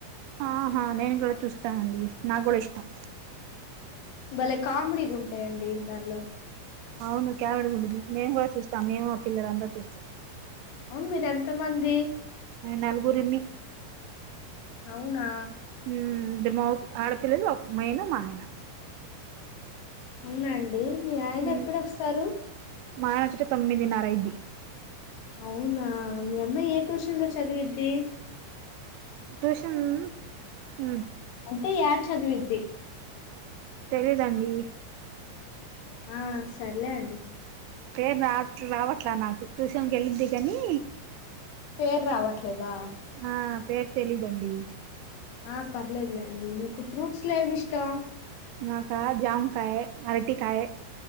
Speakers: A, on the right (about 80°); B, on the left (about 75°).
A: ఆహా నేను కూడ చూస్తానండి నాకు కూడ ఇష్టం
B: బలే కామెడీ గా ఉంటై అండి దానిలో
A: అవును క్యామిడ్ గా ఉండుది మేము కూడ చూస్తాం మేము ఆ పిల్లలందరూ చూస్
B: అవును మీర్ ఎంత మంది
A: మేం నలుగురిమి
B: అవునా
A: హుమ్ ఇద్దరు మొ ఆడపిల్లలు ఒక్ నేను మా ఆయన
B: అవునా అండి మీ ఆయన
A: మ్మ్
B: ఎప్పుడొస్తారు
A: మా ఆయన వచ్చేట తొమ్మిదినర అయ్యుది
B: అవునా మీ అమ్మాయి ఏ ట్యూషన్ లో చదివిద్ది ది
A: ట్యూషన్ హమ్
B: అంటే యాడ చదివిద్ది
A: తెలీదండి
B: ఆ సర్లే అండి
A: పేరు రాట్ రావట్లా నాకు ట్యూషన్కి వెళ్ళిది కానీ
B: పేరు రావట్లేదా
A: ఆ పేరు తెలీదండి
B: ఆ పర్లేద అండి ఫ్రూట్స్ లో ఏం ఇష్టం
A: నాకా జామకాయ అరటికాయ